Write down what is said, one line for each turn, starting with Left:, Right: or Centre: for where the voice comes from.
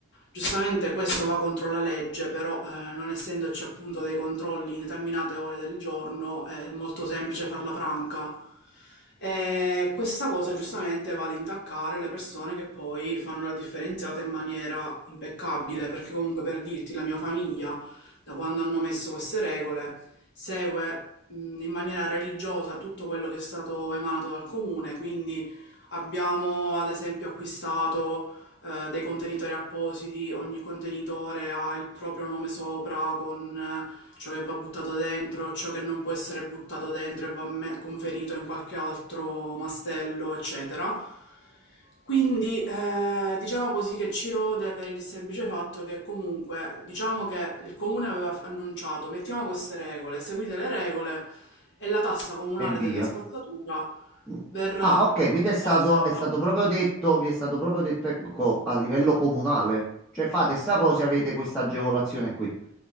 Left: Giustamente questo va contro la legge, però eh, non essendoci appunto dei controlli in determinate ore del giorno è molto semplice farla franca. E questa cosa giustamente va ad intaccare le persone che poi fanno la differenziata in maniera impeccabile, perché comunque per dirti, la mia famiglia, da quando hanno messo queste regole, segue mh, in maniera religiosa tutto quello che è stato emanato dal comune, quindi abbiamo ad esempio acquistato eh, dei contenitori appositi, ogni contenitore ha il proprio nome sopra con eh, Ciò che va buttato dentro, ciò che non può essere buttato dentro e va me- conferito in qualche altro mastello, eccetera. Quindi eh, diciamo così che ci rode per il semplice fatto che comunque diciamo che il comune aveva f- annunciato mettiamo queste regole, seguite le regole e la tassa comunale
Centre: e via.
Left: della spazzatura
Centre: Mm.
Left: verrà
Centre: Ah, ok, quindi è
Left: abbassata.
Centre: stato, è stato proprio detto, vi è stato proprio detto, ecco, a livello comunale. Cioè fate sta cosa
Left: Sì, sì.
Centre: e avete questa agevolazione qui.